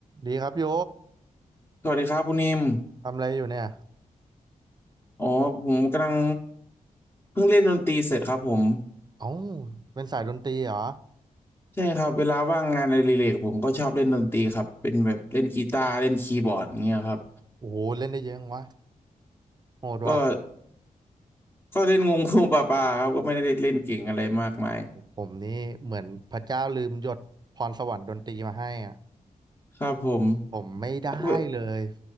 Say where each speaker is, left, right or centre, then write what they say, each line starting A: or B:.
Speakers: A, on the right (about 30°); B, on the left (about 20°).
A: ดีครับโย
B: สวัสดีครับคุณนิม
A: ทำอะไรอยู่เนี่ย
B: อ๋อผมกำลังเพิ่งเล่นดนตรีเสร็จครับผม
A: เอ้าเป็นสายดนตรีเหรอ
B: ใช่ครับเวลาว่างงานอดิเรกผมก็ชอบเล่นดนตรีครับเป็นแบบเล่นกีตาร์เล่นคีย์บอร์ดอย่างเงี้ยครับ
A: โอ้โหเล่นได้เยอะจังวะโหดว่ะ
B: ก็ก็เล่นงงงูปลาปลาครับก็ไม่ได้เล่นเก่งอะไรมากมาย
A: ผมนี่เหมือนพระเจ้าลืมหยดพรสวรรค์ดนตรีมาให้อ่ะ
B: ครับผม
A: ผมไม่ได้เลย
B: แล้ว